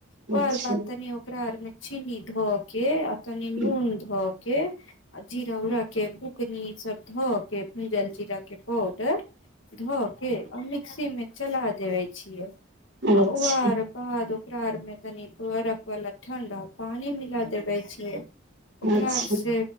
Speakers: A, on the left (about 65°); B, on the right (about 60°).
A: ओ आर
B: अच्छा
A: बात तऽ नि होकर आारमे। चिनी धऽके। कनी
B: हूँ
A: नून ध। के आ जीर उराके। कनी शब् ध हो के हम जल जीरााक पआउडर। ध के अंबी। मिक्सी मैं चला देवय छी यै।
B: हूँ
A: आ
B: अच्छा
A: ओ आर बाद। ककरा आर मे तनी बर्फ वाला ठंडा पानी मिला देबे छियै। ओकरार
B: अच्छा
A: से।